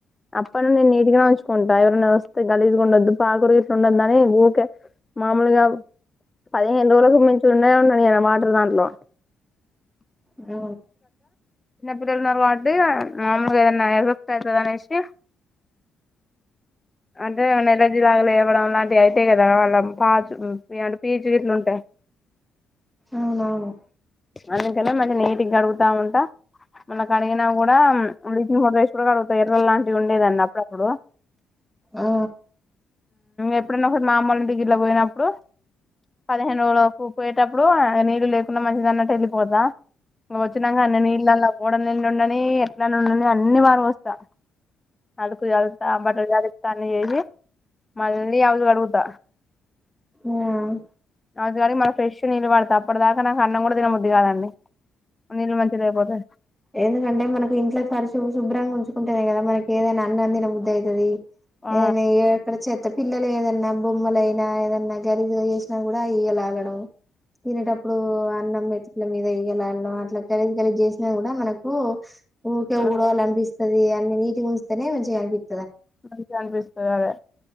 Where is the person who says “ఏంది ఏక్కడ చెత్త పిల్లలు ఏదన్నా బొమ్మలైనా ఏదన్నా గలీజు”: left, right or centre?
Centre